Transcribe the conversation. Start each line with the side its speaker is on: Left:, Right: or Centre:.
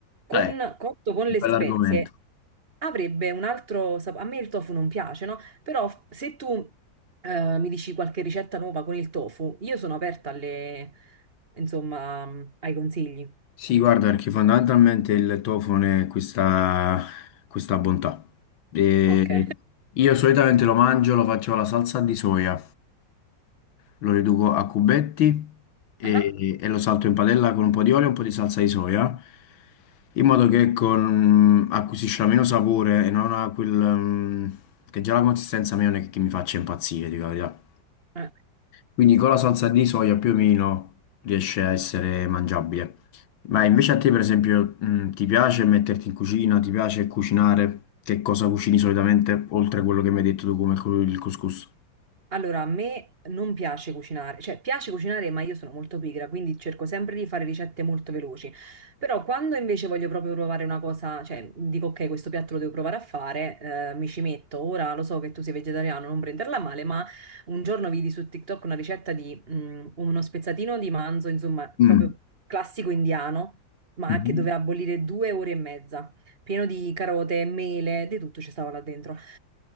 Right: con,
Left: Eh,
Right: cotto con le spezie
Left: bell'argomento.
Right: avrebbe un altro sapore. A me il tofu non piace, no? Però f- se tu eh, mi dici qualche ricetta nuova con il tofu, io sono aperta alle, insomma, ai consigli.
Left: Sì, guarda, perché fondamentalmente il tofone è questa, questa bontà. E
Right: Ok.
Left: io solitamente lo mangio, lo faccio alla salsa di soia, lo riduco a cubetti e,
Right: <laughs>
Left: e lo salto in padella con un po' di olio e un po' di salsa di soia, in modo che con- acquisisca meno sapore e non ha quel... mm, che già la consistenza mia non è che mi faccia impazzire, dico la verità.
Right: Ah, eh.
Left: Quindi con la salsa di soia più o meno riesce a essere mangiabile. Ma invece a te, per esempio, mh, ti piace metterti in cucina? Ti piace cucinare? Che cosa cucini solitamente, oltre a quello che mi hai detto tu come cu- il couscous?
Right: Allora, a me non piace cucinare, cioè piace cucinare, ma io sono molto pigra, quindi cerco sempre di fare ricette molto veloci. Però quando invece voglio proprio provare una cosa, cioè dico ok, questo piatto lo devo provare a fare, eh, mi ci metto. Ora lo so che tu sei vegetariano, non prenderla male, ma un giorno vidi su TikTok una ricetta di mm, uno spezzatino di manzo, insomma,
Left: Mm.
Right: proprio classico indiano, ma
Left: Mhm.
Right: che doveva bollire due ore e mezza pieno di carote, mele, di tutto ci stava là dentro.